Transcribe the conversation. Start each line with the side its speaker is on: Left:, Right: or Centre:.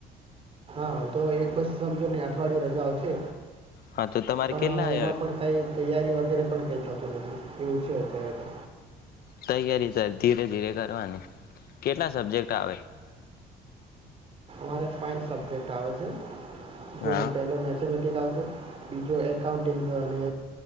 Right: હા તો એક બસ સમજો ને અઠવાડિયું રજા આવશે
Left: હા તો તમારે
Right: પણ
Left: કેટલા
Right: એમાં પણ કઈ તૈયારી વગ વગેરે પણ કઈ થતું નથી એવું છે અત્યારે તો
Left: તૈયારી ત ધીરે ધીરે કરવાની કેટલા સબજેક્ટ આવે
Right: મારે સાઇન્સ સબ્જેક્ટ આવે છે જો
Left: હા
Right: પહેલો મેચ આવ બીજો એકાઉન્ટિંગ અને